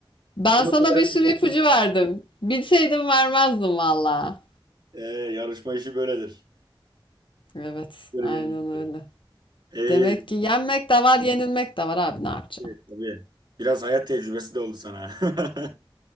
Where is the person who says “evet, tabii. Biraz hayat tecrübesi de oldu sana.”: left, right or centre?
Right